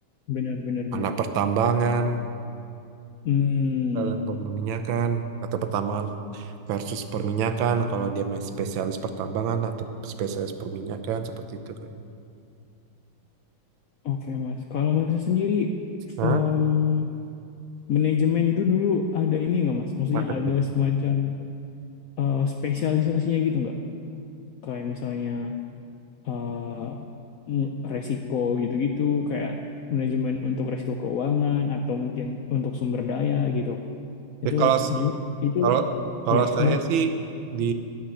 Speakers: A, on the left (about 85°); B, on the right (about 75°).
A: benar benar benar.
B: anak pertambangan,
A: Hmm.
B: anak perminyakan atau pertambangan versus perminyakan kalau dia main spesialis pertambangan atau spesialis perminyakan seperti itu kan.
A: Oke, Mas. Kalau Mas sendiri
B: Hah?
A: em, manajemen itu dulu ada ini nggak Mas? Maksudnya
B: Marketing.
A: ada semacam eh, spesialisasinya gitu nggak? Kayak misalnya eh, mm, resiko gitu-gitu, kayak manajemen untuk resiko keuangan atau mungkin untuk sumber daya gitu. Itu
B: Ya, kalau
A: gim- itu
B: kalau kalau
A: ya
B: saya
A: mas.
B: sih di